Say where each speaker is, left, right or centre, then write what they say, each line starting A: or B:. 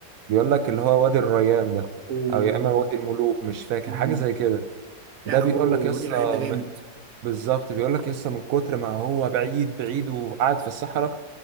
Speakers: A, on the right; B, on the right.
A: بيقول لك اللي هو وادي الريان ده
B: و
A: او يا اما وادي الملوك مش فاكر
B: مم.
A: حاجه زي كده
B: لا
A: ده بيقول
B: هو
A: لك يسا
B: وادي الريان ده جامد
A: م- بالظبط بيقول لك يسا من كتر ما هو بعيد بعيد وقاعد في الصحراء